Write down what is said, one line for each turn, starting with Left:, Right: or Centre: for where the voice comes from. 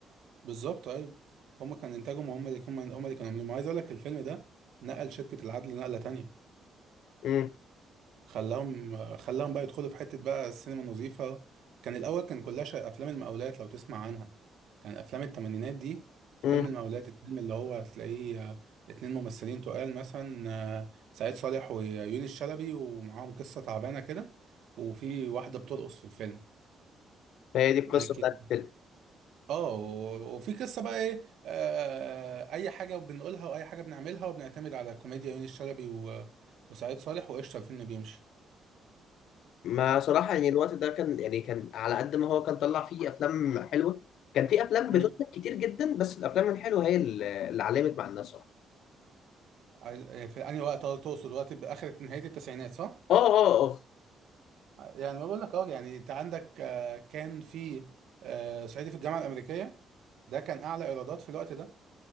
Right: بالظبط ايوه هما كان انتاجهم هما اللي كانوا هما اللي كانوا عاملينه عايز اقول لك الفيلم ده نقل شركة العدل نقلة تانية
Left: امم
Right: خلاهم خلاهم بقى يدخلوا في حتة بقى السينما نظيفة كان الاول كان كلها ش- افلام المقاولات لو تسمع عنها كان افلام التمانينات دي
Left: امم
Right: فيلم المقاولات الفيلم اللي هو هتلاقيه آه، اتنين ممثلين تقال مثلا آه، سعيد صالح ويونس شلبي ومعاهم قصة تعبانة كده وفي واحدة بترقص في الفيلم
Left: فهي دي القصة
Right: لكن
Left: بتاعت الفيلم
Right: اه و- وفي قصه بقى ايه آه اي حاجه بنقولها واي حاجه بنعملها وبنعتمد على كوميديا يونس شلبي و... وسعيد صالح وقشطه الفيلم بيمشي
Left: ما صراحة يعني الوقت ده كان يعني كان على قد ما هو كان طلع فيه أفلام حلوة كان فيه أفلام
Right: مم.
Left: بتنتج كتير جدا بس الأفلام الحلوة هي ال- اللي علمت مع الناس صراحة
Right: عايز- آه، في انهي وقت آه، تقصد وقت باخر نهايه التسعينات صح؟
Left: آه آه آه
Right: يعني ما بقول لك اه يعني انت عندك آه، كان في آه، صعيدي في الجامعه الامريكيه ده كان اعلى ايرادات في الوقت ده